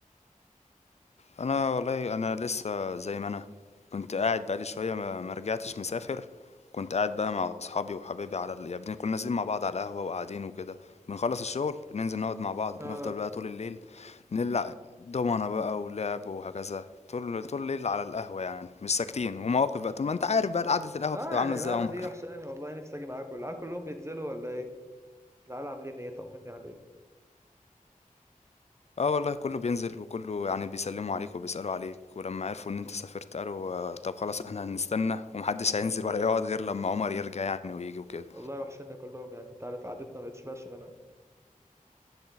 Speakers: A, on the left (about 50°); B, on the right (about 20°).
A: انا والله انا لسه زي ما انا كنت قاعد بقالي شويه ما ما رجعتش مسافر كنت قاعد بقى مع اصحابي وحبايبي على ال... يعني كنا نازلين مع بعض على القهوه وقاعدين وكده بنخلص الشغل ننزل نقعد مع بعض
B: اه
A: بنفضل بقى طول الليل نلعب دومنا بقى ولعب وهكذا طول طول الليل على القهوه يعني مش ساكتين ومواقف بقى طول ما انت عارف بقى قعده القهوه
B: اه
A: بتبقى
B: يعني
A: عامله ازاي
B: القعده
A: يا عمر
B: دي وحشاني والله نفسي اجي معاكم العيال كلهم بينزلوا ولا ايه العيال عاملين ايه طمني عليهم
A: آه والله كله بينزل وكله يعني بيسلموا عليك وبيسألوا عليك ولما عرفوا إن أنت سافرت قالوا آه، طب خلاص إحنا هنستنى ومحدش هينزل ولا يقعد غير لما عمر يرجع يعني ويجي وكده
B: والله وحشني كلهم يعني انت عارف قعدتنا ما بتشبعش منها